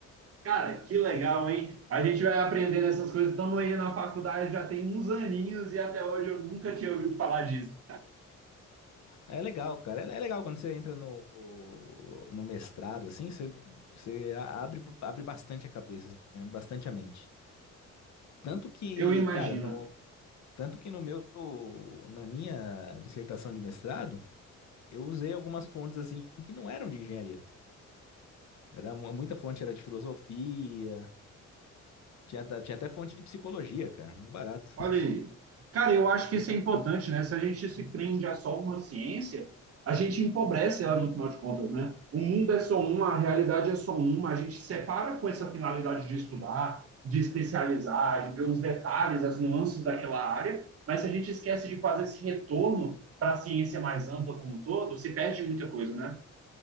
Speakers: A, on the right (about 50°); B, on the left (about 65°).
A: Cara, que legal, hein? A gente vai aprendendo essas coisas. Estamos aí na faculdade já tem uns aninhos e até hoje eu nunca tinha ouvido falar disso.
B: É legal, cara. É é legal quando você entra no, no mestrado, assim, você, você a- abre, abre bastante a cabeça, assim, né? bastante a mente. Tanto que,
A: Eu imagino.
B: cara, no, tanto que no meu, na minha dissertação de mestrado, eu usei algumas fontes, assim, que não eram de engenharia. Era, mu- muita fonte era de filosofia, tinha, ta- tinha até fonte de psicologia, cara, muito barato.
A: Olha aí. Cara, eu acho que isso é importante, né? Se a gente se prende a só uma ciência, a gente empobrece ela no final de contas, né? O mundo é só uma, a realidade é só uma, a gente separa com essa finalidade de estudar, de especializar, de ver os detalhes, as nuances daquela área, mas se a gente esquece de fazer esse retorno para a ciência mais ampla como um todo, se perde muita coisa, né?